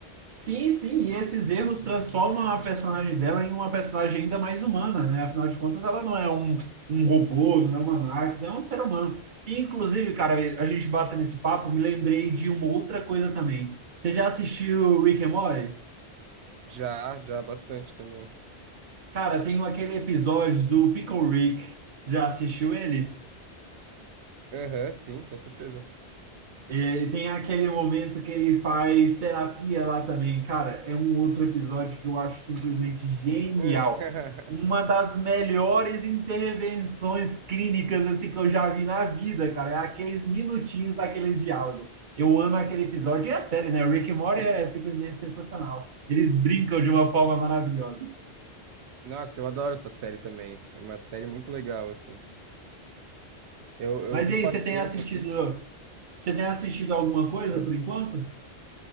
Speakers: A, on the right (about 55°); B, on the right (about 85°).
A: Sim, sim, e esses erros transformam a personagem dela em uma personagem ainda mais humana, né? Afinal de contas, ela não é um, um robô, não é uma máquina, é um ser humano. E, inclusive, cara, a gente bate nesse papo, me lembrei de uma outra coisa também. Você já assistiu Rick and Morty?
B: Já, já bastante também.
A: Cara, tem aquele episódio do Pickle Rick. Já assistiu ele?
B: Aham, sim, com certeza.
A: É, E tem aquele momento que ele faz terapia lá também. Cara, é um outro episódio que eu acho simplesmente genial.
B: <laughs>
A: Uma das melhores intervenções clínicas assim que eu já vi na vida, cara. É aqueles minutinhos daquele diálogo. Eu amo aquele episódio e a série, né? Rick and Morty é simplesmente sensacional. Eles brincam de uma forma maravilhosa.
B: Nossa, eu adoro essa série também. É uma série muito legal assim. Eu eu
A: Mas
B: vi
A: e aí,
B: faz
A: você tem
B: tempo
A: assistido,
B: assim.
A: você tem assistido alguma coisa por enquanto?